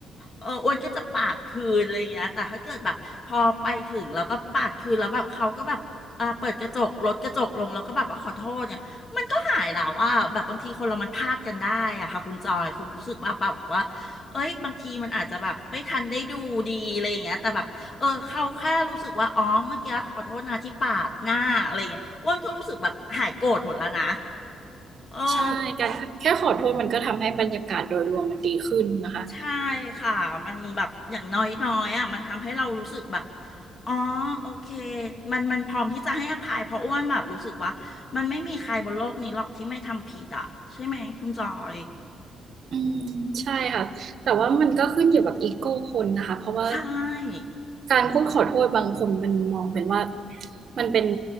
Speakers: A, on the left; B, on the right.
A: เอออ้วนก็จะปาดคืนอะไรอย่างเงี้ยแต่ถ้าเกิดแบบพอไปถึงแล้วก็ปาดคืนแล้วแบบเขาก็แบบอ่าเปิดกระจกลดกระจกลงแล้วก็แบบว่าขอโทษเนี่ยมันก็หายแล้วอ่ะแบบบางทีคนเรามันพลาดกันได้อะค่ะคุณจอยคุณรู้สึกว่าป่ะแบบว่าเอ้ยบางทีมันอาจจะแบบไม่ทันได้ดูดีอะไรอย่างเงี้ยแต่แบบเออเขาแค่รู้สึกว่าอ๋อเมื่อกี้ขอโทษนะที่ปาดหน้าอะไรอย่างเงี้ยอ้วนก็รู้สึกแบบหายโกรธหมดแล้วนะเออ
B: ใช่การแค่ขอโทษมันก็ทำให้บรรยากาศโดยรวมมันดีขึ้นนะคะ
A: ใช่ค่ะมันแบบอย่างน้อยๆอ่ะมันทำให้เรารู้สึกแบบอ๋อโอเคมันมันพร้อมที่จะให้อภัยเพราะอ้วนแบบรู้สึกว่ามันไม่มีใครบนโลกนี้หรอกที่ไม่ทำผิดอ่ะใช่ไหมคุณจอย
B: อืมใช่ค่ะแต่ว่ามันก็ขึ้นอยู่กับอีโก้คนนะคะเพราะว่า
A: ใช่
B: การพูดขอโทษบางคนมันมองเป็นว่ามันเป็น